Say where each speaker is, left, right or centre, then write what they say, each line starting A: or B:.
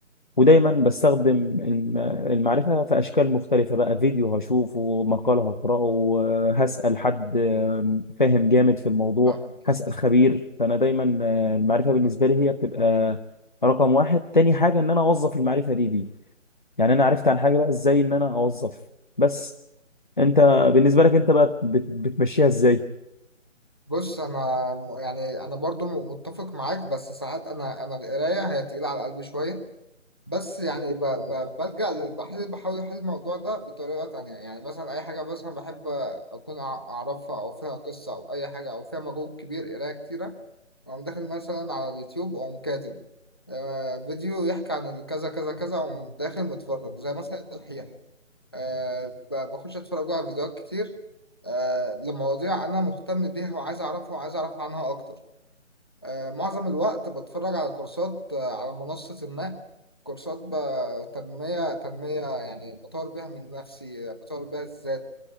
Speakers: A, on the left (about 40°); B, on the left (about 20°).
A: ودايما بستخدم الم- المعرفة في أشكال مختلفة بقى فيديو هشوفه مقال هقرأه هسأل حد فاهم جامد في الموضوع
B: فاهم فاهم
A: هسأل خبير فأنا دايما آه، المعرفة بالنسبة
B: فاهم
A: لي هي بتبقى رقم واحد تاني حاجة إن أنا أوظف المعرفة دي دي يعني أنا عرفت عن حاجة بقى إزاي إن أنا أوظف بس أنت بالنسبة لك أنت بقى بت- بتمشيها إزاي
B: بص انا م- يعني انا برضو م- متفق معاك بس ساعات انا انا القرايه هي تقيله على قلبي شويه بس يعني ب... ب... برجع لل- بحل بحاول أحل الموضوع ده بطريقة تانية يعني مثلا أي حاجة مثلا بحب أكون أع- أعرفها أو فيها قصة أو أي حاجة أو فيها مجهود كبير قراية كتيرة وأقوم داخل مثلا على اليوتيوب وأقوم كاتب آه فيديو يحكي عن كذا كذا كذا وأقوم داخل متفرج زي مثلا الدحيح آه ب... بخش أتفرج على فيديوهات كتير آه لمواضيع أنا مهتم بيها وعايز أعرفها وعايز أعرف عنها أكتر آه، معظم الوقت بتفرج على كورسات آه، على منصة ما كورسات ب- تنمية تنمية يعني بطور بيها من نفسي بطور بيها الذات